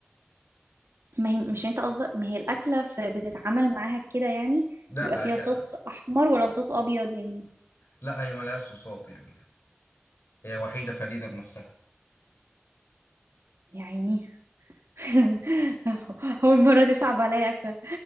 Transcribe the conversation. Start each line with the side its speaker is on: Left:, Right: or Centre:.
Right: ما هي مش انت قصدك ما هي الأكلة في... بتتعامل معاها كده يعني
Left: لا
Right: بيبقى
Left: هي
Right: فيها صوص أحمر ولا صوص أبيض يعني
Left: لا هي ملهاش صوصات يعني هي وحيدة فريدة بنفسها
Right: يعني <laughs> أول مرة دي صعبة عليا أكله